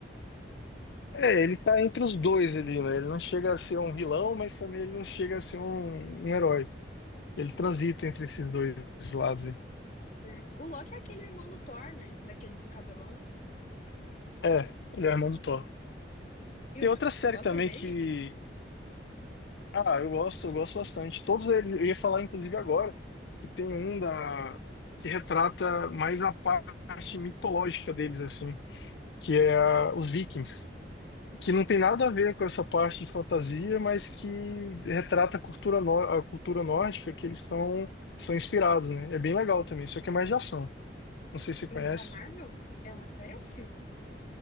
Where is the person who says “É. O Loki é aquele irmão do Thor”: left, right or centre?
Left